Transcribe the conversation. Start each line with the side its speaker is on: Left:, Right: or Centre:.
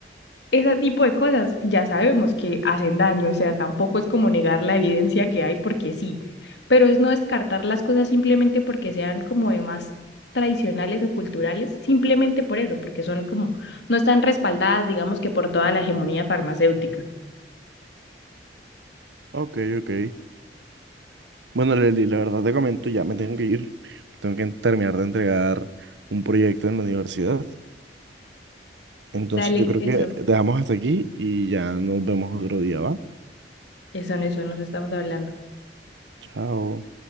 Left: ese tipo de cosas ya sabemos que hacen daño, o sea, tampoco es como negar la evidencia que hay porque sí, pero es no descartar las cosas simplemente porque sean como de más tradicionales o culturales, simplemente por eso, porque son como, no están respaldadas, digamos que por toda la hegemonía farmacéutica.
Right: Ok, ok. Bueno, Leli, la verdad te comento, ya me tengo que ir. Tengo que terminar de entregar un proyecto en la universidad. Entonces
Left: Dale,
Right: yo creo
Left: eso,
Right: que dejamos hasta aquí y ya nos vemos otro día, ¿va?
Left: eso, en eso, nos estamos hablando.
Right: Chao.